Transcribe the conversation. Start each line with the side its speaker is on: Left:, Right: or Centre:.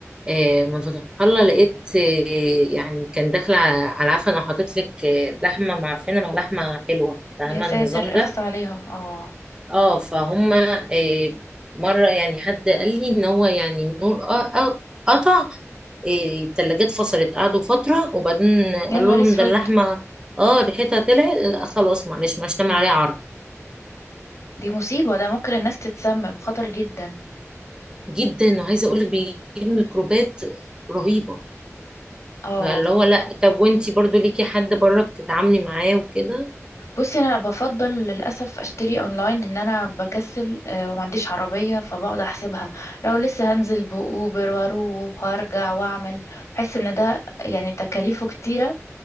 Right: آه، من فتح الله لقيت آه، يعني كان داخله على عفن انا حاطط لك آه، لحمه معفنه مع لحمه حلوه فاهمه
Left: يا ساتر
Right: النظام ده
Left: اخص عليهم اه
Right: اه فهم آه، مره يعني حد قال لي ان هو يعني نور آه، آه، قطع إيه، التلاجات فصلت قعدوا فترة وبعدين قالوا
Left: يا نهار
Right: لهم
Left: اسود
Right: ده اللحمة اه ريحتها طلعت آه، خلاص معلش مش هنعمل عليها عرض
Left: دي مصيبة ده ممكن الناس تتسمم خطر جدا
Right: جدا وعايزة اقول لك بيجيب ميكروبات رهيبة
Left: اه
Right: فاللي هو لا طب وانتي برضو ليكي حد بره بتتعاملي معاه وكده
Left: بصي انا بفضل للاسف اشتري اونلاين لان انا بكسل آه، وما عنديش عربيه فبقعد احسبها لو لسه هنزل باوبر واروح وارجع واعمل بحس ان ده يعني تكاليفه كتيره